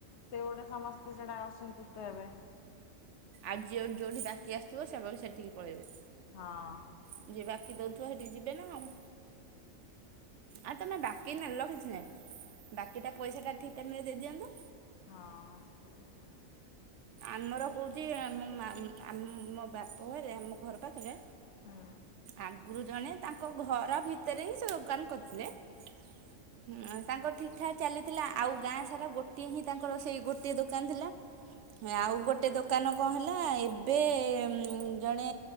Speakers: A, on the left; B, on the right.
A: ସେ ଗୋଡ଼େ ସମସ୍ତେ ସେଡା ଅସନ୍ତୁଷ୍ଟ ହେବେ।
B: ଆଉ ଯିଏ ଯୋଉଠି ବାକି ଆସୁଥିବ ସେମାନେ ସେଠିକି ପଳେଇବେ।
A: ହଁ।
B: ଯିଏ ବାକି ଦଉଥିବ ହେଠିକି ଯିବେ ନା ଆମ୍ ଆର ତମେ ବାକି ନେଲ କିଛି ନାଇଁ ବାକିଟା ପଇସାଟା ଠିକ୍ ଟାଇମିରେ ଦେଇଦିଅନ୍ତ।
A: ହଁ ସେଇଟା।
B: ଆମର କହୁଚି ମୋ ମା ମ୍‌ ଆମ୍ ମୋ ବାପ ଘରେ ଆମ ଘର ପାଖ ରେ
A: ହୁଁ
B: ଆଗରୁ ଜଣେ ତାଙ୍କ ଘର ଭିତରେ ହିଁ ସେ ଦୋକାନ କରିଥିଲେ ହୁଁ ତାଙ୍କର ଠିକ୍‌ ଠାକ୍ ଚାଲିଥିଲା ଆଉ ଗାଁ ସାରା ଗୋଟିଏ ହିଁ ତାଙ୍କର ସେଇ ଗୋଟିଏ ଦୋକାନ ଥିଲା। ହେ ଆଉ
A: ହଁ
B: ଗୋଟେ ଦୋକାନ କଁ ହେଲା ଏବେ ଜଣେ